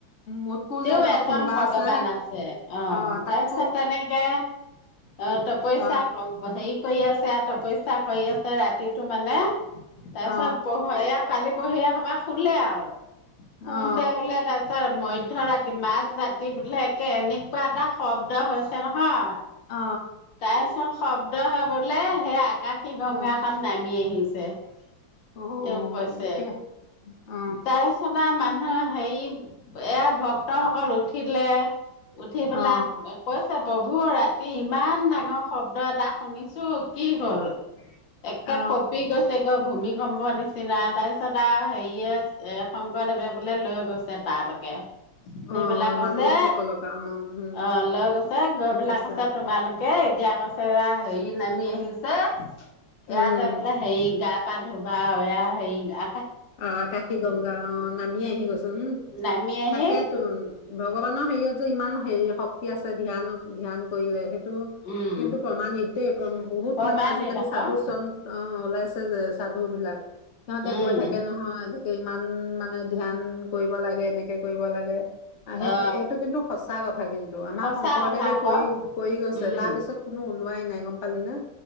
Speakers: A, on the left; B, on the left.
A: মোতকৈ
B: তেওঁ
A: যে ওপৰত
B: এজন
A: কোনোবা
B: ভগৱান
A: আছে
B: আছে অ
A: অঁ-অঁ,
B: তাৰপিছত
A: তাত
B: তেনেকে অ তই পইচা
A: অ
B: কমে হেৰি কৰি আছে, এত পইচা কৰি আছে ৰাতি তো মানে তাৰ
A: অ
B: পিছত, <unintelligible> ইয়াত পানী পঢ়ি একেবাৰে শুলে আৰু। শুতে
A: অ
B: বোলে তাৰপিছত মধ্য ৰাতি, মাজ ৰাতি বোলে, একে এনেকুৱা এটা শব্দ হৈছে নহয়
A: অ
B: তাই‌ খৰখৰাব <unintelligible> হয় বোলে সেই আকাশী গংগা
A: অ অ
B: খান নামি আহিছে। তে
A: অ
B: তেওঁ কৈছে,
A: এতিয়া অ
B: তাৰে ছতা মানুহ এ হেৰি, এয়া ভক্তসকল উঠিলে উঠি পেলাই,
A: অ
B: কৈছে প্ৰভু, ৰাতি ইমান ডাঙৰ শব্দ এটা শুনিছো, কি হ'ল? একে
A: অ
B: কপি গছেগৈ ভূমি কম্প নিচিনা তাৰপিছত আৰু হেৰিয়ে, এ শংকৰদেৱে বোলে লৈ গৈছে তালৈকে, নিপেলাই
A: অ
B: কছে
A: মানুহ বিলাক সকলক অ উম
B: অ', লৈ গৈছে, গৈ বিলাক
A: গৈছা
B: কৈছে তোমালোক এ এতিয়া কৈছে এয়া হেৰি নামি আহিছে
A: উম
B: ইয়াতে বোলে হেৰি গা ধুবাআৰু এয়া হেৰি আ
A: অ', আকাশীগংগা অ', নামি আহি গৈচে উম,
B: নামি আহি
A: তাকে তোন ভগৱানৰ হেৰিয়ত যে ইমান হেৰি শক্তি আছে ধ্যান-ধ্যান কৰিলে, সেইটো
B: উম
A: কিন্তু প্ৰমাণিত দেই, বহুত
B: প্ৰমাণিত
A: মানে আজিকালি সাধু
B: আক
A: শন্ত অ' ওলাইছে যে সাধু বিলাক সিহঁতে
B: উম
A: কৈ থাকে কে নহয় ইমান মানে ধ্যান কৰিব লাগে, এনেকে কৰিব লাগে, আহে
B: অ
A: এই এইটো কিন্তু সঁচা কথা কিন্তু আমাৰ
B: সঁচা
A: শংকৰদেৱে
B: কথা আক
A: কৰি কৰি গৈছে
B: উম
A: তাৰ পিছত কোনো ওলোৱাই নাই গম পালি নে?